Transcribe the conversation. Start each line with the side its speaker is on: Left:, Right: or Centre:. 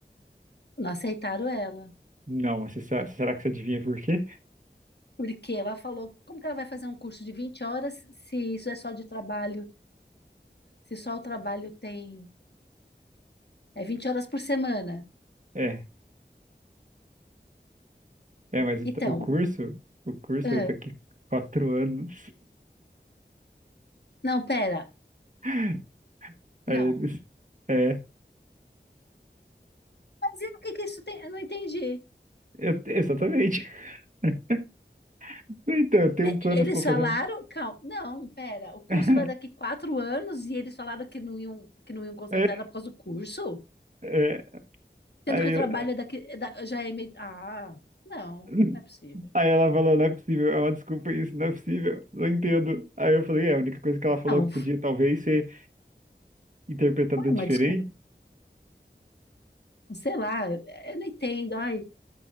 Left: não aceitaram ela.
Right: Não, mas você sa- será que você adivinha por quê?
Left: Porque ela falou, como que ela vai fazer um curso de 20 horas se isso é só de trabalho? Se só o trabalho tem... É 20 horas por semana.
Right: É, é, mas
Left: Então,
Right: o, t- o curso, o curso
Left: ah,
Right: era daqui quatro anos.
Left: não, pera,
Right: <laughs> Aí
Left: não.
Right: eles, é,
Left: Mas e o que que isso tem? Eu não entendi.
Right: eu- exatamente. <laughs> Então, eu tenho
Left: E-
Right: planos
Left: Eles
Right: para
Left: falaram,
Right: fazer um.
Left: calma, não, pera, o curso
Right: <laughs>
Left: era daqui quatro anos e eles falaram que não iam, que não iam contratar
Right: É,
Left: ela por causa do curso,
Right: é,
Left: sendo
Right: aí,
Left: que o
Right: eu-
Left: trabalho é daqui é da- já é meio. Ah, não,
Right: <laughs>
Left: não é possível.
Right: Aí ela falou, não é possível, é uma desculpa isso, não é possível, não entendo. Aí eu falei, é, a única coisa que ela falou
Left: Não,
Right: que podia talvez ser interpretada
Left: foi uma
Right: diferente.
Left: desculpa. Sei lá, eu não entendo. Ai,